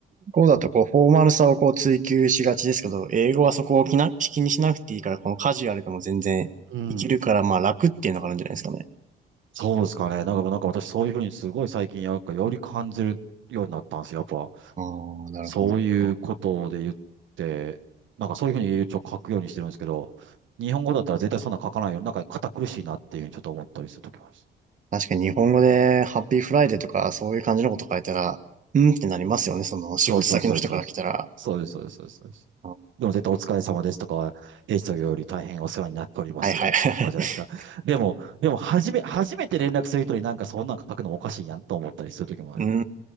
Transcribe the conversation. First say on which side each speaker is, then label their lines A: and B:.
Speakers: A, on the right (about 40°); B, on the right (about 70°).
A: 語だとこう、フォーマルさをこう追求しがちですけど、英語はそこを気な、気にしなくていいから、このカジュアルでも全然いけるから、
B: うん。
A: まあ楽っていうのがあるんじゃないですかね。
B: そうですかね。なんか、なんか私そういうふうにすごい最近、やっぱより感じるようになったんですよ。やっぱ。
A: ああ、なるほど。
B: そういうことで言って、なんかそういうふうに一応書くようにしてるんですけど、日本語だったら絶対そんな書かないよ。なんか堅苦しいなっていうふうにちょっと思ったりするときもあ
A: 確かに日本語でハッピーフライデーとかそういう感じのこと書いたら、うんってなりますよね。その仕事先の人から来たら。
B: そうです、そうです、そうです。そうです、そうです、そうです。そうですそうですでも絶対お疲れ様ですとかは、
A: あ
B: 平時より大変お世話になっております。
A: はいはい。
B: とかじゃないですか。
A: <laughs>
B: でも、でも、初め、初めて連絡する人になんかそんなん書くのもおかしいやんと思ったりするときもありま
A: うー